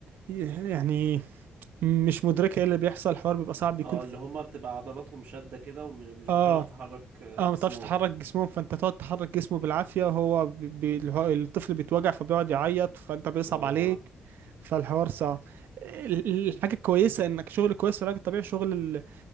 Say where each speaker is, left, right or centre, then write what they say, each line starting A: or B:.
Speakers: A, on the right (about 85°); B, on the right (about 60°).
A: يعني مش مدركه ايه اللي بيحصل الحوار بيبقى صعب بيكون
B: اه اللي هما بتبقى عضلاتهم شدة كده ومش
A: اه
B: بتعرف تحرك آه،
A: اه
B: جسمهم
A: ما تعرفش تحرك جسمهم فانت تقعد تحرك جسمه بالعافيه وهو بي... بي- الهو- الطفل بيتوجع فبيقعد يعيط فانت بيصعب
B: اه
A: عليك فالحوار صعب ال- ال- الحاجه الكويسه انك شغل كويس في العلاج الطبيعي شغل ال...